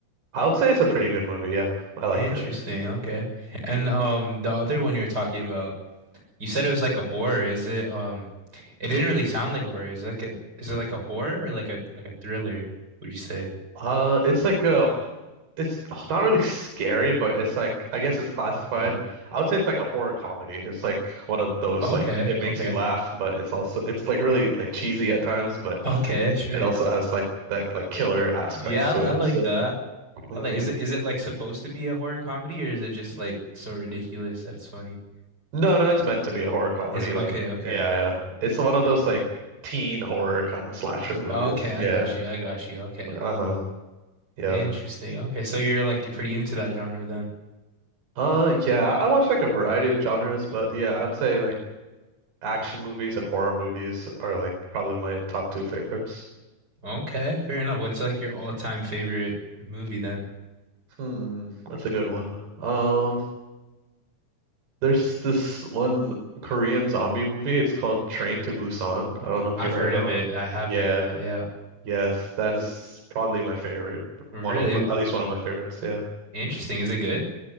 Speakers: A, on the right (about 80°); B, on the right (about 25°).
A: I would say it's a pretty good movie. Yeah, I
B: Interesting.
A: liked it.
B: Okay. And
A: Mhm.
B: um the other one you were talking about, you said it was like a horror. Is it um it didn't really sound like a horror. Is it like a is it like a horror or like a like a thriller, would you say?
A: Uh, it's like a, it's not really scary, but it's like I guess it's classified.
B: Mm.
A: I would say it's like a horror comedy. It's like one of those
B: Okay,
A: like it
B: okay.
A: makes you laugh, but it's also it's like really like cheesy at times, but.
B: Okay, sure.
A: It also has like that like killer aspect
B: Yeah,
A: to
B: I, I
A: it.
B: like
A: So
B: that.
A: hmm
B: I like is it is it like supposed to be a horror comedy or is it just like so ridiculous that it's funny?
A: no, no, it's meant to be a horror comedy.
B: Is okay,
A: Like
B: okay.
A: yeah, yeah. It's one of those like teen horror kind of slasher
B: Y-
A: movies.
B: Okay, I
A: Yeah.
B: got you. I got you. Okay.
A: Uh-huh. Yeah.
B: Interesting. Okay, so you're like you're pretty into that genre then.
A: Uh yeah, I watch like a variety of genres, but yeah, I would say like action movies and horror movies are like probably my top two favorites.
B: Okay, fair enough. What's like your all-time favorite movie then?
A: Hmm, that's a good one. Um, there's this one Korean zombie movie. It's called Train to Busan. I don't know if
B: I've
A: you heard
B: heard
A: of that
B: of
A: one.
B: it. I have
A: Yeah.
B: heard of it. Yeah.
A: Yes, that is probably my favorite.
B: Really
A: One of my, at least one of my favorites. Yeah.
B: interesting. Is it good?